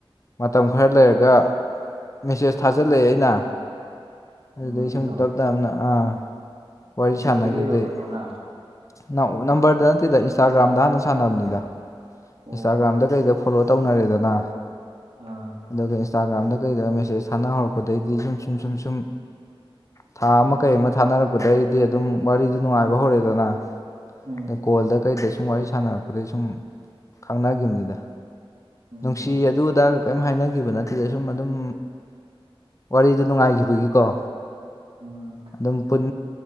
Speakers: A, on the left (about 35°); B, on the right (about 80°).
A: ꯃꯇꯝ ꯈꯔ ꯂꯩꯔꯒ ꯃꯦꯁꯦꯖ ꯊꯥꯖꯤꯜꯂꯦ ꯑꯩꯅ ꯑꯗꯨꯗꯩ
B: ꯑꯣ ꯅꯨꯄꯤꯗꯣ
A: <unintelligible> ꯇꯞ ꯇꯞꯅ ꯑꯥ ꯋꯥꯔꯤ
B: ꯅꯝꯕꯔ
A: ꯁꯥꯟꯅꯒꯤꯕꯗꯩꯩ
B: ꯄꯤꯔꯛꯏꯔꯣ ꯀꯩꯅꯣꯅ
A: ꯅꯝ ꯅꯝꯕꯔꯗ ꯅꯠꯇꯦꯗ ꯏꯟꯁꯇꯥꯒ꯭ꯔꯥꯝꯗ ꯍꯥꯟꯅ ꯁꯥꯟꯅꯕꯅꯤꯗ
B: ꯑꯣ
A: ꯏꯟꯁꯇꯥꯒ꯭ꯔꯥꯝꯗ ꯀꯩꯗ ꯐꯣꯂꯣ ꯇꯧꯅꯔꯦꯗꯅꯥ
B: ꯑꯥ
A: ꯑꯗꯨꯒ ꯏꯟꯁꯇꯥꯒ꯭ꯔꯥꯝꯗ ꯀꯩꯗ ꯃꯦꯁꯦꯁ ꯊꯥꯅ ꯍꯧꯔꯛꯄꯗꯩꯩꯗꯤ ꯁꯨꯝ ꯁꯨꯝ ꯁꯨꯝ ꯁꯨꯝ ꯊꯥ ꯑꯃ ꯀꯩ ꯑꯃ ꯊꯥꯅꯔꯛꯄꯗꯩꯗꯤ ꯑꯗꯨꯝ ꯋꯥꯔꯤꯗꯨ ꯅꯨꯡꯉꯥꯏꯕ ꯍꯧꯔꯦꯗꯅꯥ
B: ꯎꯝ
A: ꯗ ꯀꯣꯜꯗ ꯀꯩꯗ ꯁꯨꯝ ꯋꯥꯔꯤ ꯁꯥꯟꯅꯔꯛꯄꯗꯩꯩ ꯁꯨꯝ ꯈꯪꯅꯒꯤꯝꯅꯤꯗ
B: ꯎꯝ
A: ꯅꯨꯡꯁꯤ ꯑꯗꯨꯗꯥ ꯀꯩꯝ ꯍꯥꯏꯅꯒꯤꯕ ꯅꯠꯇꯦꯗ ꯁꯨꯝ ꯑꯗꯨꯝ ꯋꯥꯔꯤꯗꯨ ꯅꯨꯡꯉꯥꯏꯈꯤꯕꯒꯤꯀꯣ
B: ꯑꯣ
A: ꯑꯗꯨꯝ ꯄꯨꯟ